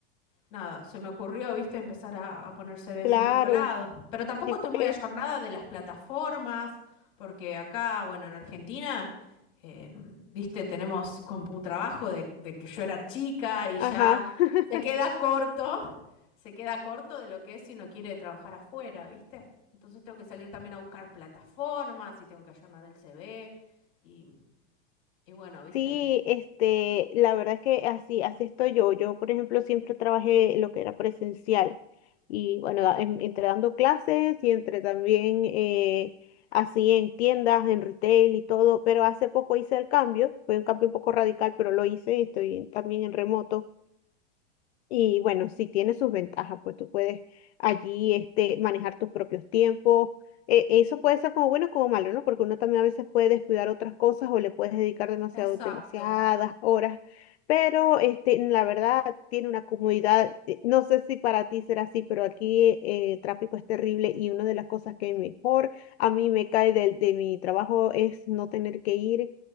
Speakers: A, on the left; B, on the left.
A: Nada, se me ocurrió, viste, empezar a, a poner CVs
B: Claro,
A: en otro lado. Pero tampoco
B: sí
A: estoy
B: puedes.
A: muy ayornada de las plataformas, porque acá, bueno, en Argentina, eh, viste, tenemos CompuTrabajo de, de que yo era chica y
B: Ajá.
A: ya
B: <laughs>
A: se queda corto, se queda corto de lo que es si uno quiere trabajar afuera, viste. Entonces tengo que salir también a buscar plataformas y tengo que ayornar el CV y, y bueno, viste.
B: Sí, este, la verdad es que así, así estoy yo. Yo, por ejemplo, siempre trabajé lo que era presencial. Y bueno, da- en- entre dando clases y entre también eh, así en tiendas, en retail y todo. Pero hace poco hice el cambio, fue un cambio un poco radical, pero lo hice y estoy también en remoto. Y bueno, sí tiene sus ventajas, pues tú puedes allí este, manejar tus propios tiempos. Eh, eso puede ser como bueno o como malo, ¿no? Porque uno también a veces puede descuidar otras cosas o le puedes dedicar demasiado,
A: Exacto.
B: demasiadas horas. Pero este, la verdad tiene una comodidad. eh, No sé si para ti será así, pero aquí eh, el tráfico es terrible y una de las cosas que mejor a mí me cae del de mi trabajo es no tener que ir